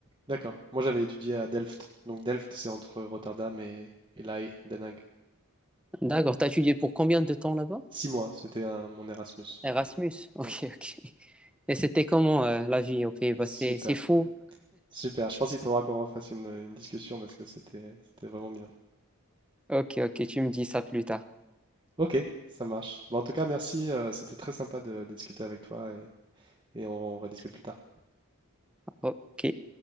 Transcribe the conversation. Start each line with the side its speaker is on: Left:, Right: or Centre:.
Right: D'accord. Moi, j'avais étudié à Delft. Donc, Delft, c'est entre Rotterdam et, et La Haye, Den Haag.
Centre: D'accord. T'as étudié pour combien de temps là-bas?
Right: Six mois, c'était un- mon Erasmus.
Centre: Erasmus. <laughs> Ok,
Right: Ouais.
Centre: ok. Et c'était comment euh, la vie aux Pays-Bas?
Right: Super,
Centre: C'est, c'est fou.
Right: super. Je pense qu'il faudra qu'on refasse une, une discussion parce que c'était, c'était vraiment bien.
Centre: Ok, ok. Tu me dis ça plus tard.
Right: Ok, ça marche. Bon, en tout cas, merci. euh, c'était très sympa de, de discuter avec toi et, et on rediscute plus tard.
Centre: Ok.